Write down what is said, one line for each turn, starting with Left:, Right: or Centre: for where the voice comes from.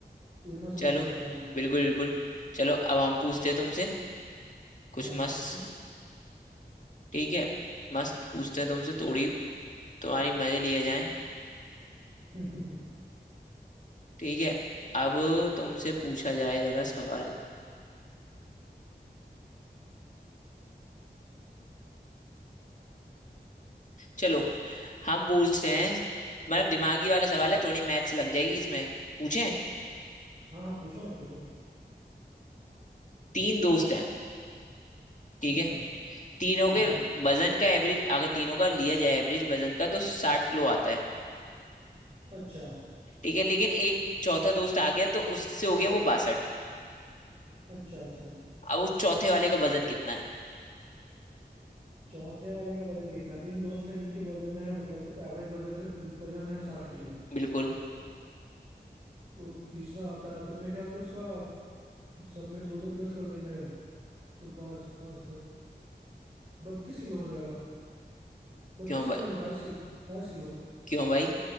Right: उड़ना शुरू
Left: चलो
Right: कर देता है वो
Left: बिल्कुल बिल्कुल चलो अब हम पूछते हैं तुमसे कुछ
Right: हाँ
Left: मस्त
Right: हाँ पूछो
Left: ठीक है मस्त पूछते हैं तुमसे थोड़ी तुम्हारी मजे लिए जाएं
Right: बिल्कुल
Left: ठीक है अब तुमसे पूछा जाए जरा सवाल चलो हम पूछते हैं मतलब दिमागी वाला सवाल है थोड़ी मैथ्स लग जाएगी इसमें पूछें
Right: <laughs> हाँ हाँ पूछो ना पूछो
Left: तीन दोस्त हैं ठीक
Right: अच्छा
Left: है तीनों
Right: हम्म
Left: के वजन का एवरेज अगर तीनों का लिया जाए एवरेज वजन का तो साठ किलो आता है
Right: अच्छा
Left: ठीक है लेकिन एक चौथा दोस्त आ गया तो उससे हो गया वो बासठ
Right: अच्छा अच्छा
Left: अब उस चौथे वाले का वजन कितना है
Right: चौथे वाले का वजन कितना तीन दोस्त हैं जिनकी वजन है मतलब एवरेज बजट वजन है साठ किलो
Left: बिल्कुल
Right: तो तीसरा आता है तो मेरे ख्याल से उसका सब में दो दो प्लस कर देंगे तो बस बस बत्तीस किलो हो जाएगा बत्तीस
Left: क्यों
Right: किलो
Left: भाई
Right: नहीं बाईस किलो बाईस किलो
Left: क्यों भाई